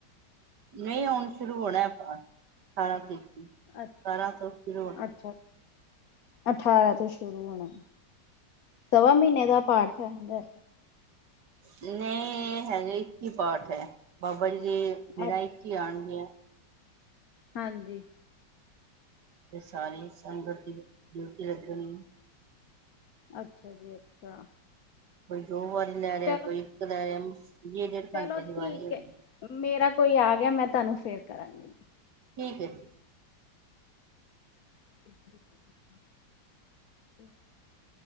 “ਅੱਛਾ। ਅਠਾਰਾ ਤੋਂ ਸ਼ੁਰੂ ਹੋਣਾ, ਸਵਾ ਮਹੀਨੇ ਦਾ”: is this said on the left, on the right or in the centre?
Left